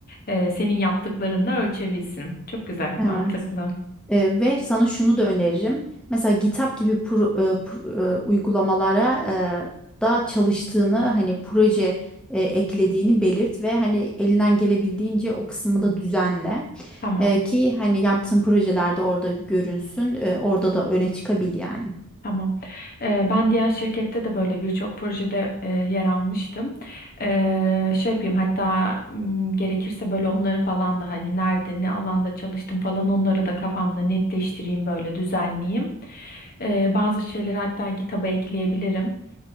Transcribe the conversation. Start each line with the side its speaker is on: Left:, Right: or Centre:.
Left: eee, senin yaptıklarınla ölçebilsin. Çok güzel, mantıklı.
Centre: Evet. E, ve sana şunu da öneririm. Mesela GitHub gibi pro- e, pro- e, uygulamalara e, da çalıştığını hani proje e, eklediğini belirt ve hani elinden gelebildiğince o kısmı da düzenle.
Left: Tamam,
Centre: E, ki hani yaptığın projelerde orada görünsün, e, orada da öne çıkabil yani.
Left: tamam. Ee, ben diğer şirkette de böyle birçok projede e, yer almıştım. Ee, şey yapayım hatta m, gerekirse böyle onları falan da hani nerede ne alanda çalıştım falan onları da kafamda netleştireyim böyle düzenleyeyim. Ee, bazı şeyleri hatta GitHub'a ekleyebilirim.